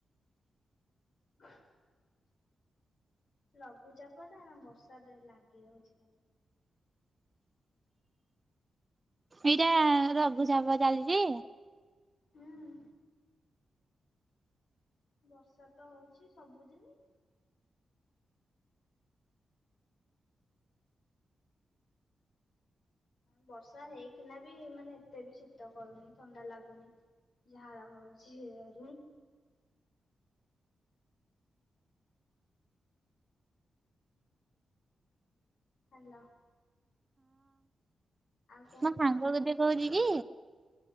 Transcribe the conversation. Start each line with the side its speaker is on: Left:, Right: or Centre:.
Left: <inaudible> ଲଘୁଚାପ ଟା ବର୍ଷା ଲାଗି ରହୁଛି ଖାଲି।
Right: ଏଇଟା ରଘୁଚାପ ଚାଲିଛି।
Left: ହୁଁ ବର୍ଷା ତ ହଉଛି ସବୁ ଦିନି। ବର୍ଷା ହେଇକିନା ବି ମାନେ ଏତେ ବି ଶୀତ କରୁନି ଥଣ୍ଡା ଲାଗୁନି। ଝାଡ ହଉଛିଝିରୁ। ହାଲୋ। ଆଉ କଣ
Right: ମୋ
Left: କୁହ?
Right: ସାଙ୍ଗକୁଧେ କହୁଛି କି?